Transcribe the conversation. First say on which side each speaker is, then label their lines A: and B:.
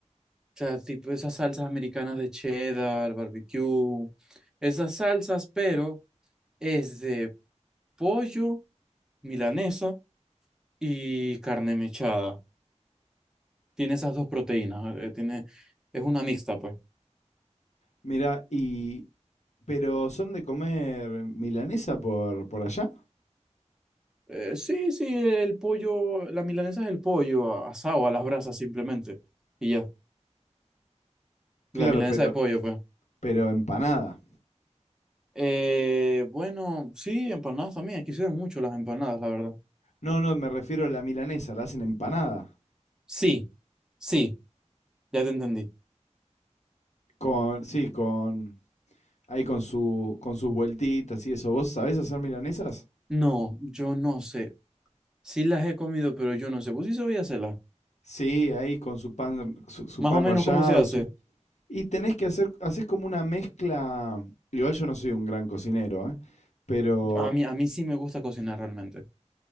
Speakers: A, in the centre; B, on the left.
A: o sea, tipo esas salsas americanas de cheddar, barbecue, esas salsas, pero es de pollo, milanesa y carne mechada. Tiene esas dos proteínas, eh, tiene, es una mixta, pues.
B: Mirá, y... ¿Pero son de comer milanesa por, por allá?
A: Eh, sí, sí, el pollo, la milanesa es el pollo a- asado a las brasas simplemente. Y ya,
B: Claro,
A: la milanesa
B: pero,
A: de pollo, pues.
B: pero empanada.
A: Eh, bueno, sí, empanadas también. Aquí se dan mucho las empanadas, la verdad.
B: No, no, me refiero a la milanesa, la hacen empanada.
A: Sí, sí, ya te entendí.
B: Con, sí, con... Ahí con su, con sus vueltitas y eso. ¿Vos sabés hacer milanesas?
A: No, yo no sé. Sí las he comido, pero yo no sé. ¿Vos sí sabías hacerlas?
B: Sí, ahí con su pan, su, su
A: Más
B: pan
A: o menos
B: rallado,
A: cómo se hace.
B: su Y tenés que hacer, haces como una mezcla. Igual yo no soy un gran cocinero, ¿eh? Pero
A: A mí, a mí sí me gusta cocinar realmente.